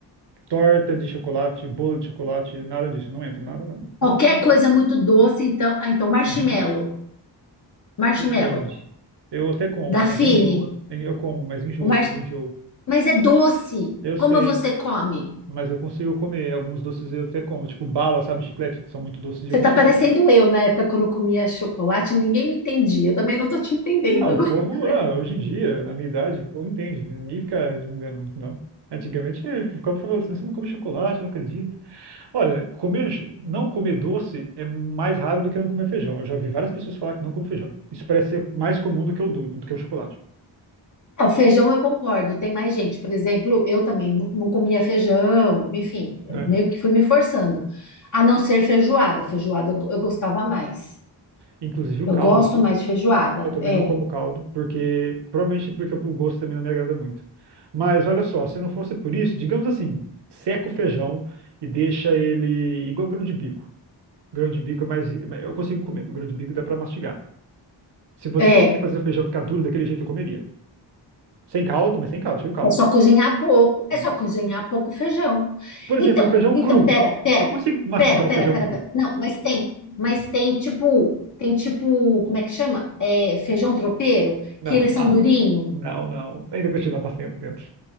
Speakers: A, on the right; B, on the left.
A: Torta de chocolate, bolo de chocolate, nada disso. Não entra, nada, nada.
B: Qualquer
A: nada. não,
B: coisa muito doce, então. Ah, então, marshmallow.
A: Uhum.
B: Marshmallow.
A: Depende. Eu até como,
B: Dafine.
A: mas eu enjoo. Eu como, mas enjoo.
B: O mar...
A: Eu enjoo.
B: Mas é doce.
A: Eu sei.
B: Como você come?
A: Mas eu consigo comer alguns doces eu até como, tipo bala, sabe, chiclete, que são muito doces,
B: Você
A: eu consigo
B: tá parecendo
A: comer.
B: eu na época quando eu comia chocolate, ninguém me entendia. Eu também não tô te entendendo
A: Ah, o
B: agora.
A: povo,
B: <laughs>
A: ah, hoje em dia, na minha idade, o povo entende, ninguém fica resmungando, não. Antigamente, eh, ficava falando assim, você não come chocolate, não acredito. Olha, comer, não comer doce é mais raro do que não comer feijão. Eu já vi várias pessoas falar que não come feijão. Isso parece ser mais comum do que o, do, do que o chocolate,
B: Ah, o feijão eu concordo, tem mais gente. Por exemplo, eu também não não comia feijão, enfim, eu
A: né?
B: meio que fui me forçando. A não ser feijoada. Feijoada eu eu gostava mais.
A: Inclusive o
B: Eu
A: caldo,
B: gosto
A: viu?
B: mais de feijoada.
A: Eu também
B: É.
A: não como caldo, porque provavelmente porque o gosto também não me agrada muito. Mas olha só, se não fosse por isso, digamos assim, seca o feijão e deixa ele igual grão de bico. Grão de bico é mais, eu consigo comer. O grão de bico dá pra mastigar. Se você
B: é.
A: conseguir fazer o feijão ficar duro daquele jeito, eu comeria. Sem caldo, mas sem caldo, tira o caldo.
B: É só cozinhar pouco, é
A: Hum.
B: só cozinhar pouco feijão.
A: Por exemplo,
B: Então,
A: um feijão
B: então,
A: cru.
B: pera, pera,
A: Eu consigo mastigar
B: pera, pera,
A: o feijão
B: pera,
A: cru?
B: pera. Não, mas tem, mas tem tipo, tem tipo, como é que chama? É, feijão tropeiro,
A: Não,
B: que eles são
A: ah,
B: durinho.
A: não, não. Ainda continua bastante dentro.